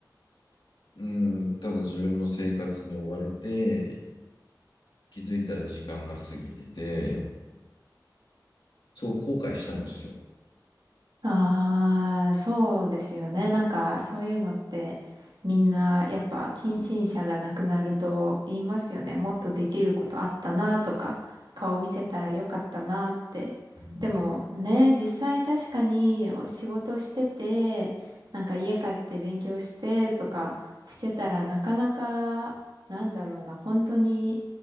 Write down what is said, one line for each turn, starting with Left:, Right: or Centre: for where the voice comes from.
Left: うん、ただ自分の生活に追われて、気づいたら時間が過ぎてて、すごく後悔したんですよ。
Right: ああ、そうですよね。なんか、そういうのって、みんな、やっぱ、近親者が亡くなると言いますよね。もっとできることあったなとか、顔見せたらよかったなって。
Left: うん、
Right: でも、ね、実際確かにお仕事してて、なんか家帰って勉強してとかしてたらなかなか、なんだろうな、本当に